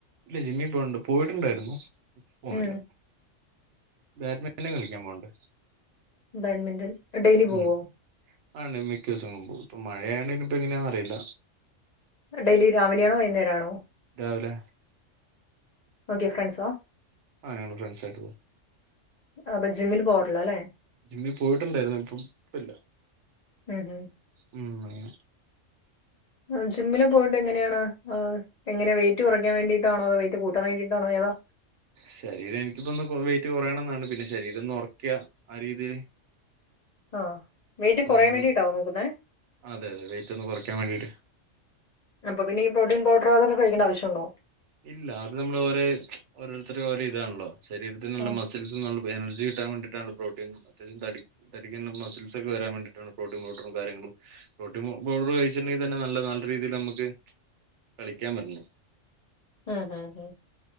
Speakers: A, on the right; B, on the left.
A: ഇല്ല ജിമ്മിപോണ്ട് പോയിട്ടുണ്ടായിരുന്നു ഇപ്പോണില്ല.
B: ഉം
A: ബാഡ്മാന്റല് കളിക്കാൻ പോവ്ണ് ഇണ്ട്
B: ബാൺമിന്റൺ ഡെയിലി പോവോ
A: ഉം ആണ് മിക്കോസങ്ങ് പോവും. ഇപ്പൊ മഴആയോണ്ട് ഇനിപ്പോ എങ്ങനെയാന്ന് അറിയില്ല.
B: ഡെയ്‌ലി രാവിലെ ആണോ വൈന്നേരാ ണോ
A: രാവിലെ
B: ഓക്കെ ഫ്രണ്ട്സോ
A: ആഹ് ഞങ്ങള് ഫ്രണ്ട്സായിട്ട് പോവും.
B: അപ്പൊ ജിമ്മിൽ പോവാറില്ല അല്ലേ
A: ജിമ്മി പോയിറ്റുണ്ടായിരുന്നു ഇപ്പോ ഇപ്പ ഇല്ല.
B: ഉം ഉം
A: ഉം അങ്ങനെ
B: ആഹ് ജിമ്മില് പോയിട്ട് എങ്ങനെയാണ് അഹ്. എങ്ങനെ വെയ്റ്റ് കൊറക്കാൻ വേണ്ടീട്ടാണോ അതോ വെയിറ്റ് കൂട്ടാൻ വേണ്ടിട്ടാണോ ഏതാ.
A: ശരീരം ഇൻക്കിപ്പം ഒന്ന് വെയിറ്റ് കൊറയണം എന്നാണ്. പിന്നെ ശരീരം ഒന്ന് ഒറ്ക്ക്യആ രീതില്.
B: ഓഹ് വെയിറ്റ് കൊറയാൻ
A: അങ്ങനെ
B: വേണ്ടിട്ടാവോ നോക്കുന്നേ
A: അതെ അത വെയ്റ്റ് ഒന്ന് കൊറക്കൻ വേണ്ടീട്ട്
B: അപ്പ പിന്നെ ഈ പ്രോട്ടീൻ പൗഡ്റോ അതൊക്കെ കഴിക്കണ്ട ആവശ്യണ്ടോ
A: ഇല്ല അത് നമ്മള് ഓരേ ഓരോരുത്തര് ഓരോ ഇതാണല്ലോ ശരീരത്തിന് നല്ല
B: ആഹ്
A: മസ് ടിൽസിന്നു പറയണ ഒരു എനർജി കിട്ടാൻ വേണ്ടിട്ടാണല്ലോ പ്രോട്ടീൻ തിൽ തടി തടിക്കുന്ന മസിൽസ് ഒക്കെ വരാൻ വേണ്ടിട്ടാണ് പ്രോട്ടീൻ പൗഡറും കാര്യങ്ങളും പ്രോട്ടീൻ മൊ പൗഡറ് കഴിച്ചിണ്ടെങ്കി തന്നെ നല്ല നല്ല രീതീല് നമുക്ക് കളിക്കാൻ പറ്റണം
B: ആഹ് ആഹ് ഹേ